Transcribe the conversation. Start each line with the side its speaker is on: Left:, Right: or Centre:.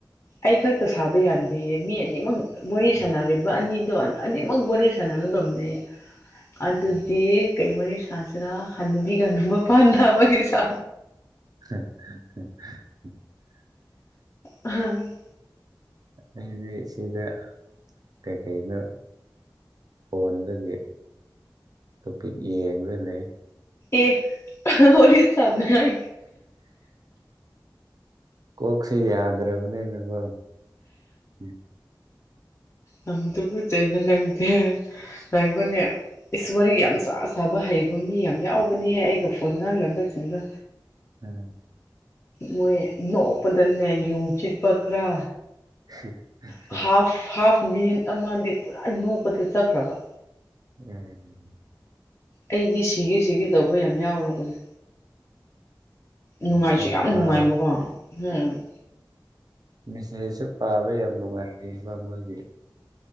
Left: ꯑꯩ ꯈꯛꯇ ꯁꯥꯕ ꯌꯥꯗꯦꯍꯦ ꯃꯤ ꯑꯅꯤꯃꯛ ꯋꯥꯔꯤ
Right: ꯎꯝ
Left: ꯁꯥꯟꯅꯔꯤꯕ ꯑꯅꯤ ꯑꯅꯤꯃꯛ ꯋꯥꯔꯤ ꯁꯥꯟꯅꯒꯗꯕꯅꯦ ꯑꯗꯨꯗꯤ
Right: ꯎꯝ
Left: ꯀꯩ ꯋꯥꯔꯤ ꯁꯥꯖꯔ ꯍꯅꯨꯕꯤ ꯀꯕ ꯄꯥꯟꯗꯥ ꯃꯥꯒꯤ ꯁꯥ
Right: <unintelligible>
Left: ꯎꯝ
Right: ꯑꯗꯤ ꯁꯤꯗ ꯀ ꯀꯩ ꯀꯩꯨ ꯐꯣꯟꯗꯒꯤ ꯇꯣꯄꯤꯛ ꯌꯦꯡꯂꯡꯒ ꯂꯩ
Left: ꯑꯦ ꯍꯔꯤ ꯁꯥꯅ ꯍꯥꯏ
Right: ꯀꯣꯛꯁꯤ ꯌꯥꯗ꯭ꯔꯕꯅꯤꯅꯦꯀꯣ ꯎꯝ
Left: ꯌꯥꯝꯝꯗꯨ ꯀ ꯆꯩꯩꯅ ꯅꯪꯗꯦ ꯉꯈꯣꯟꯅꯦ ꯏꯁꯔꯤ ꯌꯥꯝ ꯌꯥꯝ ꯆꯥ ꯁꯥꯥꯕ ꯍꯩꯕ ꯃꯤ ꯌꯥꯝ ꯌꯥꯎꯕꯅꯦ ꯑꯩꯒ ꯐꯣꯟ ꯉꯥꯡꯅꯕꯁꯤꯡꯗ
Right: ꯎꯝ
Left: ꯃꯣꯏ ꯅꯣꯛꯄꯗꯅꯦ ꯌꯨꯝ ꯆꯤꯛꯄ ꯈꯔ
Right: <unintelligible>
Left: ꯍꯥꯐ ꯍꯥꯐ ꯃꯤꯅꯤꯠ ꯑꯃꯗꯤ ꯄꯨꯔꯥ ꯅꯣꯛꯄꯁꯦ ꯆꯠꯈ꯭ꯔꯕ
Right: ꯎꯝꯝ
Left: ꯑꯩꯗꯤ ꯁꯤꯒꯤ ꯁꯤꯒꯤ ꯇꯧꯕ ꯌꯥꯝ ꯌꯥꯎꯔꯕꯅꯦ ꯅꯨꯡꯉꯥꯏꯁꯨ
Right: ꯁꯦꯁ
Left: ꯌꯥꯝ
Right: ꯄꯥꯎ
Left: ꯅꯨꯡꯉꯥꯏꯕꯀꯣ ꯎꯝ
Right: ꯃꯤꯁꯔꯤꯁꯨ ꯄꯥꯕ ꯌꯥꯝ ꯅꯨꯡꯉꯥꯏꯕ ꯃꯣꯏꯒꯤ